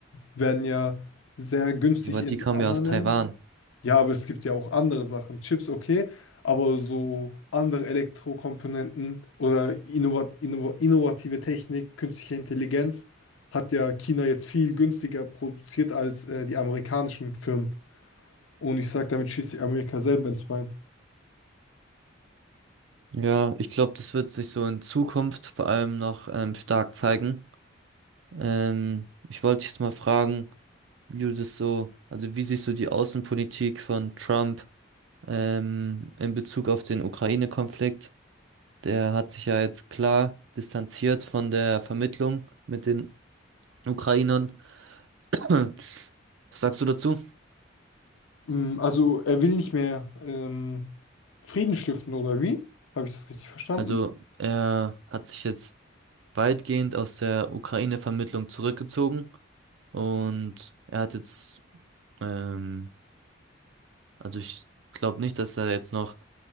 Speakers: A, on the left; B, on the right.
A: werden ja sehr günstig
B: Ja, Aber
A: in
B: die kommen
A: anderen
B: ja aus Taiwan.
A: Ländern. Ja, aber es gibt ja auch andere Sachen. Chips, okay, aber so andere Elektrokomponenten oder innova innova innovative Technik, künstliche Intelligenz hat ja China jetzt viel günstiger produziert als äh, die amerikanischen Firmen. Und ich sage, damit schießt sich Amerika selber ins Bein.
B: Ja, ich glaube, das wird sich so in Zukunft vor allem noch ähm, stark zeigen. Ähm, ich wollte dich jetzt mal fragen, wie du das so, also wie siehst du die Außenpolitik von Trump ähm, in Bezug auf den Ukraine-Konflikt? Der hat sich ja jetzt klar distanziert von der Vermittlung mit den Ukrainern. <clears throat> Was sagst du dazu?
A: Mm, Also er will nicht mehr ähm, Frieden stiften, oder wie? Habe ich das richtig verstanden?
B: Also er hat sich jetzt weitgehend aus der Ukraine-Vermittlung zurückgezogen und er hat jetzt ähm, Also ich glaube nicht, dass er jetzt noch